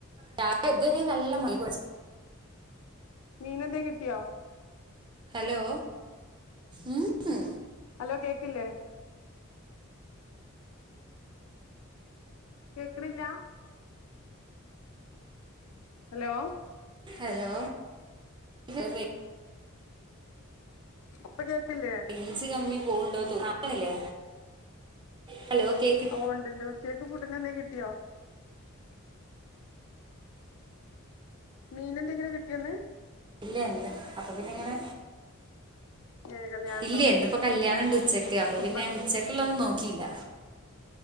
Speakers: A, on the right; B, on the left.
A: ച ഇത് വരെനല്ല മഴാ
B: മീനന്തെ കിട്ടിയോ
A: ഹലോ ഉ ഉം
B: ഹലോ കേക്കില്ലേ കേക്ക്ണില്ല ഹലോ
A: ഹലോ റെയ്
B: ഇപ്പ കേക്കില്ലേ
A: റേഞ്ച്കമ്മി പോണ്ടോ തോന്നു ഹലോ കേക്കില്ലേ
B: ഓ ഉണ്ട്ണ്ട് ഉച്ചക്ഫുഡിനന്തേലും കിട്ടിയോ മീനന്തെങ്കിലും കിട്ടിയോന്ന്
A: ഇല്ലന്ന് അപ്പൊ പിന്നങ്ങനെ
B: ഏഹ് കല്യാണണ്ടോ
A: ഇല്ല എന്നിപ്പോ കല്യാണണ്ട് ഉച്ചക്ക് അപ്പൊ
B: കുടുംബ
A: പിന്നെ ഉച്ചക്കുള്ള തൊന്നും നോക്കിയില്ല